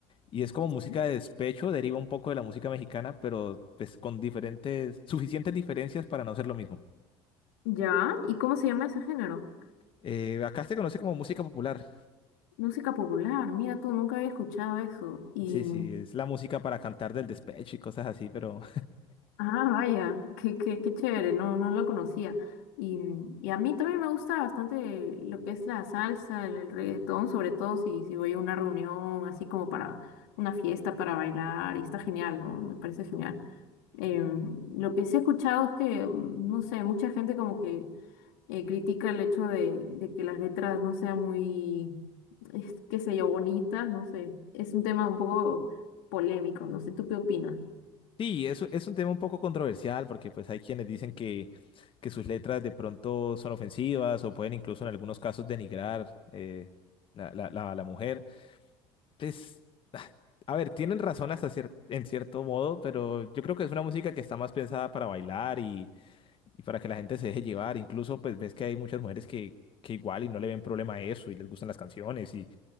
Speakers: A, on the left; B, on the left.
A: y es como música
B: Sí.
A: de despecho, deriva un poco de la música mexicana, pero pues, con diferentes, suficientes diferencias para no ser lo mismo.
B: ¿Ya? ¿Y cómo se llama ese género?
A: Eh, acá se conoce como música popular.
B: Música popular, mira tú, nunca había escuchado eso. Y
A: Sí, sí, es la música para cantar del despecho y cosas así, pero
B: Ah, vaya, qué, qué, qué chévere, no, no lo conocía. Y, y a mí también me gusta bastante lo que es la salsa, el, el reggaetón, sobre todo si, si voy a una reunión así como para una fiesta, para bailar, y está genial, ¿no? Me parece genial. Em, lo que sí he escuchado es que, mm, no sé, mucha gente como que eh, critica el hecho de, de que las letras no sean muy, es, qué sé yo, bonitas, no sé, es un tema un poco polémico, no sé, ¿tú qué opinas?
A: Sí, es, es un tema un poco controversial porque pues hay quienes dicen que, que sus letras de pronto son ofensivas o pueden incluso en algunos casos denigrar eh, la, la, la, la mujer. Pues, ah, a ver, tienen razón hasta cier- en cierto modo, pero yo creo que es una música que está más pensada para bailar y, y para que la gente se deje llevar. Incluso pues ves que hay muchas mujeres que, que igual y no le ven problema a eso y les gustan las canciones y